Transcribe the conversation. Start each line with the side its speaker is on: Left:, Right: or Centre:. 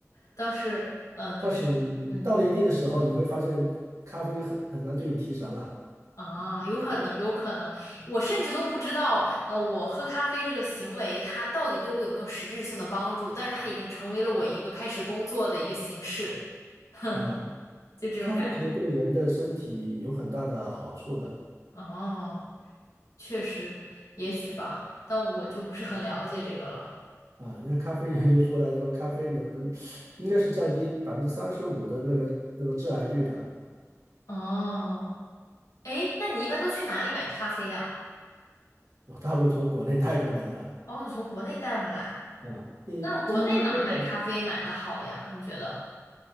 Left: 倒是嗯，就是嗯
Right: 但是你到了一定的时候，你会发现咖啡很很难对你提神了。
Left: 啊，有可能有可能，我甚至都不知道呃，我喝咖啡这个行为它到底对我有没有实质性的帮助，但是它已经成为了我一个开始工作的一个形式，嗯，
Right: 啊，
Left: 就这种感觉。
Right: 咖啡其实对人的身体有很大的好处的
Left: 哦，确实，也许吧，但我就不是很了解这个了。
Right: 啊。那咖啡研究出来说，咖啡能应该是降低百分之三十五的那个那个致癌率的。
Left: 哦，哎，那你一般都去哪里买咖啡呀？
Right: 我大部分从国内带过来的
Left: 哦，你从国内带回来，
Right: <laughs> 啊。你这咖啡的，
Left: 那国内哪儿买咖啡买的好呀？你觉得？